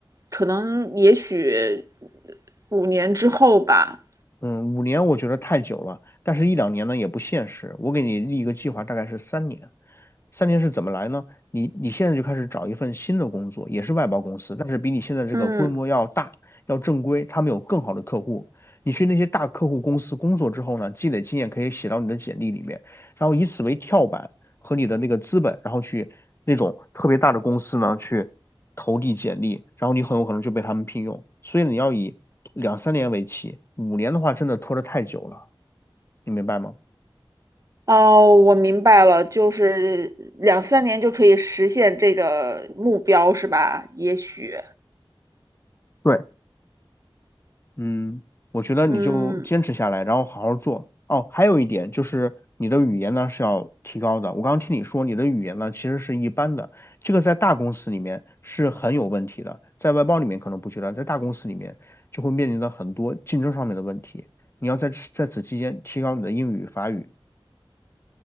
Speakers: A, on the right; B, on the left.
A: 可能也许五年之后吧，
B: 嗯，五年我觉得太久了，但是一两年呢也不现实。我给你立一个计划，大概是三年。三年是怎么来呢？你你现在就开始找一份新的工作，也是外包公司，但是比你现在这个规模要大，
A: 嗯。
B: 要正规，他们有更好的客户。你去那些大客户公司工作之后呢，积累经验可以写到你的简历里面，然后以此为跳板和你的那个资本，然后去那种特别大的公司呢去投递简历，然后你很有可能就被他们聘用。所以你要以两三年为期，五年的话真的拖得太久了，你明白吗？
A: 哦，我明白了，就是两三年就可以实现这个目标，是吧？也许，
B: 对。嗯，我觉得你就坚持下来，
A: 嗯，
B: 然后好好做。哦，还有一点就是你的语言呢是要提高的。我刚刚听你说你的语言呢其实是一般的，这个在大公司里面是很有问题的，在外包里面可能不觉得，在大公司里面就会面临到很多竞争上面的问题。你要在此在此期间提高你的英语、法语。